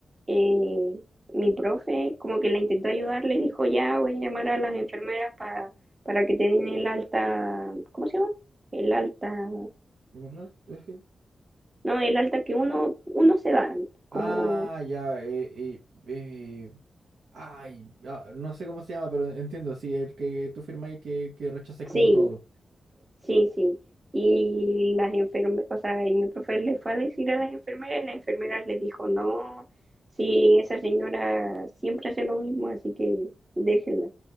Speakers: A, on the right (about 20°); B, on the right (about 85°).
A: eh, mi profe como que la intentó ayudar, le dijo, ya voy a llamar a las enfermeras para, para que te den el alta, ¿cómo se llama? El alta,
B: ¿Verdad? Es que-
A: no, el alta que uno, uno se da,
B: Ah,
A: como,
B: ya, eh, eh, eh, ay, ah, no sé cómo se llama, pero entiendo, sí, el que tú firmas y que, que rechazáis como
A: sí,
B: todo.
A: Sí, sí. Y las enfermeras, o sea, y mi profe le fue a decir a las enfermeras, y las enfermeras le dijo, no, sí, esa señora siempre hace lo mismo, así que déjenla.